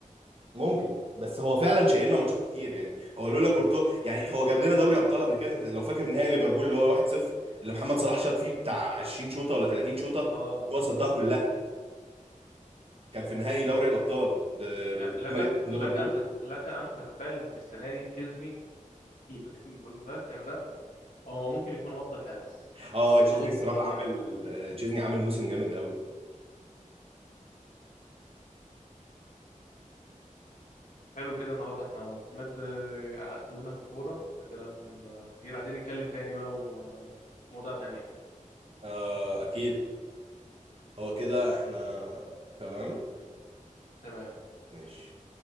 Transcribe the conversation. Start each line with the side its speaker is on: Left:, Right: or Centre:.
Right: ممكن بس هو فعلا شايل لنا ماتشات كتير يعني هو لولا كورتوا يعني هو جاب لنا دوري ابطال قبل كده لو فاكر نهائي ليفربول اللي هو 1-0 اللي محمد صلاح شاط فيه بتاع 20 شوطه ولا 30 شوطه
Left: اه
Right: هو صدها كلها كان في نهائي دوري الابطال ده
Left: يعني
Right: ب- ب-
Left: لك
Right: لما
Left: أن
Right: يكسب ليفربول
Left: لك أن تت- لك أن تتخيل إن السنة دي تشيزني الب- المتمكن ده هو ممكن يكون أفضل حارس
Right: اه
Left: لو
Right: تشيزني
Left: خدوا البطولة
Right: الصراحه
Left: دي
Right: عامل
Left: على فكرة
Right: آه، تشيزني عامل موسم جامد قوي
Left: حلو كده النهاردة احنا بجد آه، اتكلمنا في الكورة ده كلام آه، كتير عايزين نتكلم تاني بقى ومواضيع تانية
Right: آه اكيد هو كده احنا تمام
Left: تمام
Right: ماشي